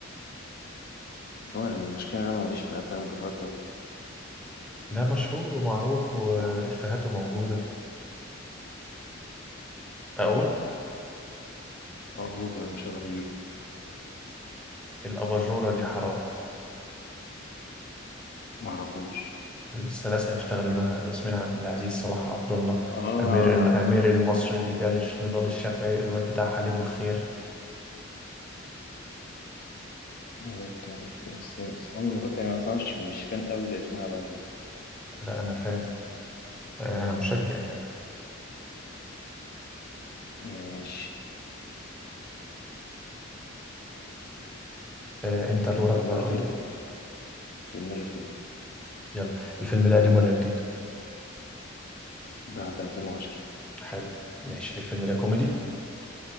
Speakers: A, on the left (about 50°); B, in the centre.
A: هو أنا المشكلة إن أنا ماليش في أفلام البطولات أوي
B: لا مشهور ومعروف وإفيهاته موجودة أقول
A: أقول ولا مش هعرف أجيب
B: الأباجورة دي حرام
A: معرفوش
B: الثلاثة هيشتغلونها ياسمين عبد العزيز صلاح عبد الله
A: آه
B: أمير الأمير المصري دي دالش نضال الشافعي الواد بتاع حليب الخير
A: عرفت عرفت بس أول ما كنت يعني أصلا مش مش فان أوي لياسمين عبد العزيز
B: لا أنا فاهم آه، انا مشجع يعني
A: ماشي
B: آه، انت
A: أنا
B: دورك
A: في
B: بقى
A: دماغي
B: قول
A: فيلم
B: لي
A: في دماغي فيلم
B: يلا الفيلم ده قديم ولا جديد
A: بعد 2010
B: حلو ماشي الفيلم ده كوميدي